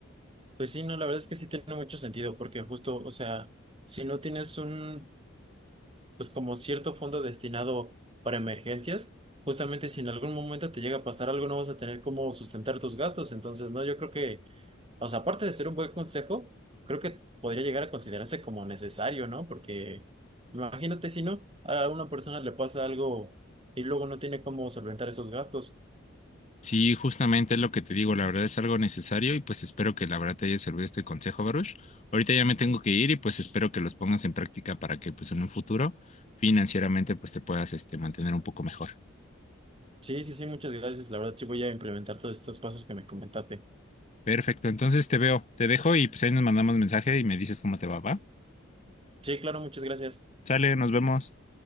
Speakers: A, on the right; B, on the left.
A: Pues sí, no, la verdad es que sí tiene mucho sentido, porque justo, o sea, si no tienes un, pues como cierto fondo destinado para emergencias, justamente si en algún momento te llega a pasar algo, no vas a tener cómo sustentar tus gastos. Entonces, no, yo creo que O sea, aparte de ser un buen consejo, creo que podría llegar a considerarse como necesario, ¿no? Porque imagínate si no, a una persona le pasa algo y luego no tiene cómo solventar esos gastos.
B: Sí, justamente es lo que te digo, la verdad es algo necesario y pues espero que la verdad te haya servido este consejo, Baruch. Ahorita ya me tengo que ir y pues espero que los pongas en práctica para que pues en un futuro financieramente pues te puedas este mantener un poco mejor.
A: Sí, sí, sí, muchas gracias. La verdad, sí voy a implementar todos estos pasos que me comentaste.
B: Perfecto, entonces te veo, te dejo y pues ahí nos mandamos mensaje y me dices cómo te va, ¿va?
A: Sí, claro, muchas gracias.
B: Sale, nos vemos.